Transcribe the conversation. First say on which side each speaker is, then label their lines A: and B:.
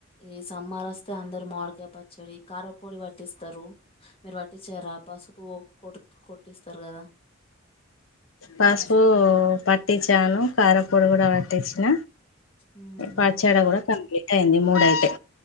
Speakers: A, on the left (about 30°); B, on the left (about 85°).
A: ఈ సమ్మార్ వస్తే అందరు మావిడికై పచ్చడి కారంపొడి పట్టిస్తరు మీరు పట్టించారా పసుపువ కొట్ కొట్టిస్తారు కదా
B: పసుపూ
A: పసుపు
B: పట్టిచ్చాను కారంపొడి కూడా పట్టించిన
A: మ్మ్.
B: పచ్చడి గుడా కంప్లీట్ అయింది మూడయితే